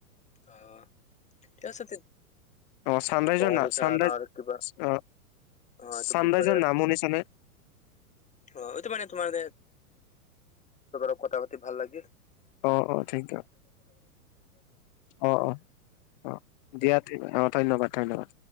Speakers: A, on the left (about 15°); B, on the left (about 35°).
A: অ, ঠিকে আছে তেত
B: অ চানৰাইজৰ
A: পঢ়া
B: না
A: লিখা
B: চানৰাইজ
A: নহলে কিবা
B: অ
A: এইটো
B: চানৰাইজৰ
A: বিষয়।
B: নাম শুনিছানে
A: অ', এইটো মানে তোমাৰ <unintelligible> কথা পতি ভাল লাগি।
B: অ অ থেংক ইউ অ অ অ দিয়া
A: <unintelligible>
B: অ', ধন্যবাদ-ধন্যবাদ।